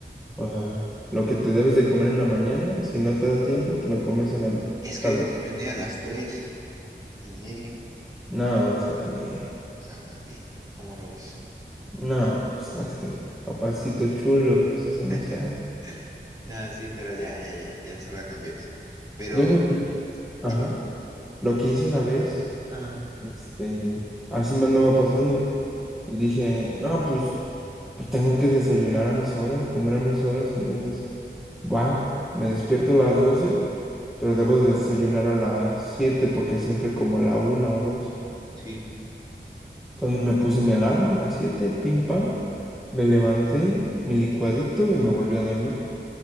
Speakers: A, in the centre; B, on the right (about 20°).
A: O sea, lo que te debes de comer en la mañana, si no te da tiempo, te lo comes en la n-
B: Es que
A: tarde.
B: hoy desayuné a las tres y media,
A: No, es que también.
B: o sea, también, ¿cómo lo ves?
A: No, pues es que papacito chulo, pues eso no
B: <laughs>
A: se hace.
B: No, sí, pero ya, ya, ya, ya se va a cambiar eso. Pero
A: Yo lo que, ajá,
B: dime.
A: lo que hice una vez,
B: Ajá,
A: este, así me andaba pasando y dije, no, pues, pues tengo que desayunar a mis horas, comer a mis horas, entonces, va, me despierto a las 12 pero debo de desayunar a las 7 porque siempre como a la una o dos
B: sí,
A: Entonces me puse mi alarma a las 7 pim pam, me levanté, mi licuadito y me volví a dormir.